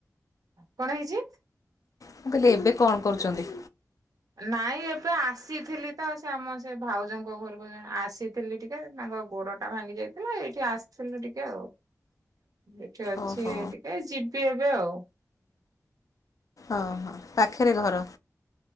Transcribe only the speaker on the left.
ମୁଁ କହିଲି ଏବେ କଣ କରୁଛନ୍ତି।
ଓହୋ
ଓ ହୋ ପାଖରେ ଘର।